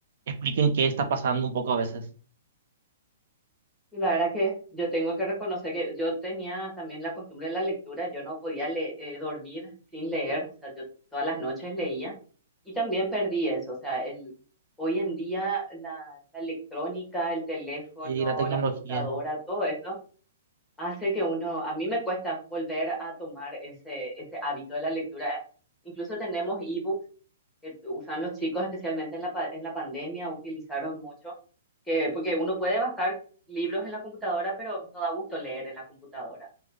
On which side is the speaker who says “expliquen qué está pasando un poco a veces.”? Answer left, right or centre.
Right